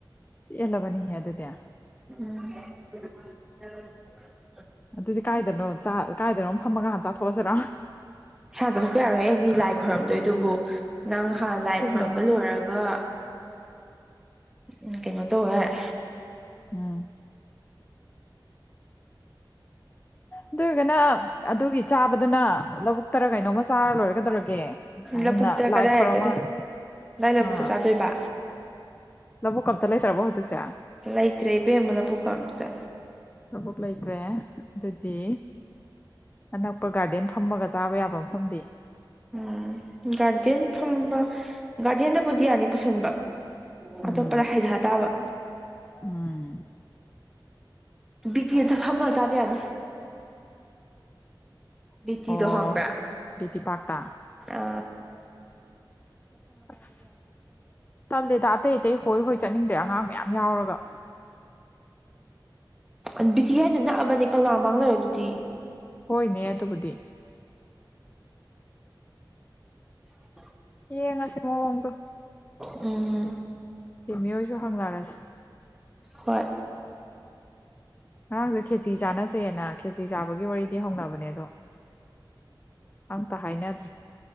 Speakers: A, on the left; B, in the centre.
A: ꯄꯦꯜꯂꯕꯅꯤꯍꯦ ꯑꯗꯨꯗꯦ
B: ꯎꯝ
A: ꯑꯗꯨꯗꯤ ꯀꯥꯏꯗꯅꯣ ꯆꯥ ꯀꯥꯏꯗꯅꯣ ꯐꯝꯃꯒꯥ ꯍꯥꯟ ꯆꯥꯊꯣꯛꯑꯖꯤꯔꯥ
B: ꯍꯌꯥ ꯆꯠꯊꯣꯛꯄ ꯌꯥꯔꯣꯏꯍꯦ ꯃꯤ ꯂꯥꯏ ꯈꯣꯏꯔꯝꯗꯣꯏꯗꯨꯕꯨ ꯅꯪꯍ ꯂꯥꯏ
A: ꯑꯗꯨꯅꯦ
B: ꯈꯣꯏꯔꯝꯕ ꯂꯣꯏꯔꯒ ꯎꯝ ꯀꯩꯅꯣ ꯇꯧꯋꯦꯍꯩ
A: ꯎꯝ ꯑꯗꯨꯏꯒꯅ ꯑꯗꯨꯒꯤ ꯆꯥꯕꯗꯨꯅ ꯂꯧꯕꯨꯛꯇꯔ ꯀꯩꯅꯣꯝꯃ ꯆꯥꯔ ꯂꯣꯏꯔꯦ ꯒꯗꯧꯔꯛ ꯒꯦ ꯑꯍꯤꯝꯅ
B: ꯂꯧꯕꯨꯛꯇ
A: ꯂꯥꯏꯈꯣꯔꯝꯃ
B: ꯀꯗꯥꯏ ꯀꯗꯥꯏ ꯀꯗꯥꯏ ꯂꯧꯕꯨꯛꯇ
A: ꯍꯥ
B: ꯆꯥꯗꯣꯏꯕ
A: ꯂꯕꯨꯛꯀ ꯑꯝꯇ ꯂꯩꯇ꯭ꯔꯕꯣ ꯍꯧꯖꯤꯛꯁꯦ
B: ꯂꯩꯇ꯭ꯔꯦ ꯏꯕꯦꯝꯃ ꯂꯕꯨꯛꯀ ꯑꯝꯇ
A: ꯂꯕꯨꯛ ꯂꯩꯇ꯭ꯔꯦ ꯑꯗꯨꯗꯤ ꯑꯅꯛꯄ ꯒꯥꯔꯗꯦꯟ ꯐꯝꯃꯒ ꯆꯥꯕ ꯌꯥꯕ ꯃꯐꯝꯗꯤ
B: ꯎꯝ ꯒꯥꯔꯗꯦꯟ ꯐꯝꯕ ꯒꯥꯔꯗꯦꯟꯗꯕꯨꯗꯤ ꯌꯥꯅꯤ ꯄꯨꯁꯟꯕ
A: ꯎꯝ
B: ꯑꯇꯣꯞꯄꯗ ꯍꯥꯏꯗꯍ ꯇꯥꯕ
A: ꯎꯝ
B: ꯕꯤꯀꯦꯁꯆ ꯐꯝꯃ ꯆꯥꯕ ꯌꯥꯅꯤ ꯕꯤꯇꯤꯗꯣ
A: ꯑꯣ
B: ꯍꯪꯕ꯭ꯔ
A: ꯕꯤ ꯇꯤ ꯄꯥꯛꯇ
B: ꯑ
A: ꯑꯆ ꯇꯜꯂꯦꯗ ꯑꯇꯩ ꯑꯇꯩ ꯍꯣꯏ ꯍꯣꯏ ꯆꯠꯅꯤꯡꯗꯦ ꯑꯉꯥꯡ ꯃꯌꯥꯝ ꯌꯥꯎꯔꯒ
B: ꯎꯝ ꯕꯤꯊꯤ ꯍꯥꯏꯗꯨ ꯅꯛꯑꯕꯅꯤ ꯀꯪꯂꯥ ꯃꯥꯡ ꯂꯩꯔ ꯗꯨꯗꯤ
A: ꯍꯣꯏꯅꯦ ꯑꯗꯨꯕꯨꯗꯤ
B: ꯎꯝ
A: ꯌꯦꯡꯉꯁꯤ ꯃꯑꯣꯡꯗꯣ
B: ꯎꯝ
A: ꯔꯤꯃꯤꯍꯣꯏꯁꯨ ꯍꯪꯂꯔꯁꯤ
B: ꯍꯣꯏ
A: ꯉꯔꯥꯡꯁꯨ ꯈꯦꯆꯤ ꯆꯥꯅꯁꯦꯅꯛ ꯈꯦꯆꯤ ꯆꯥꯕꯒꯤ ꯋꯥꯔꯤꯗꯤ ꯍꯧꯅꯕꯅꯦ ꯑꯗꯣ ꯑꯝꯇ ꯍꯥꯏꯅꯗ꯭ꯔꯤ